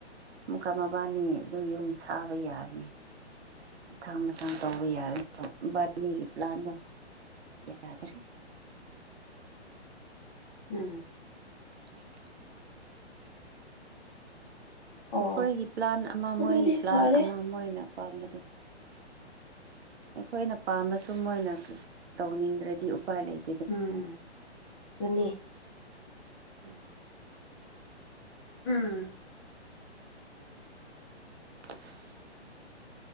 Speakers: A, on the right; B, on the left.
A: ꯃꯨꯀꯥ ꯃꯕꯥꯅꯤ ꯑꯗꯨ ꯌꯨꯝ ꯁꯥꯕ ꯌꯥꯅꯤ ꯃꯊꯪ ꯃꯊꯪ ꯇꯧꯕ ꯌꯥꯔꯦꯕꯥ ꯃꯤꯒꯤ ꯄ꯭ꯂꯥꯟꯗꯣ ꯌꯥꯗ꯭ꯔꯦ
B: ꯎꯝ
A: <unintelligible>
B: ꯑꯣ
A: ꯑꯩꯈꯣꯏꯒꯤ ꯄ꯭ꯂꯥꯟ ꯑꯃ
B: ꯑꯗꯨꯗꯤ
A: ꯃꯣꯏꯒꯤ ꯄ꯭ꯂꯥꯟ
B: ꯐꯔꯦ
A: ꯑꯃ ꯃꯣꯏꯅ ꯄꯥꯝꯕꯗꯣ ꯑꯩꯈꯣꯏꯅ ꯄꯥꯝꯕꯁꯨ ꯃꯣꯏꯅ ꯇꯧꯅꯤꯡꯗ꯭ꯔꯗꯤ ꯎꯄꯥꯏ ꯂꯩꯇꯦ
B: ꯎꯝ ꯑꯗꯨꯅꯤ
A: ꯎꯝ
B: ꯎꯝ
A: <unintelligible>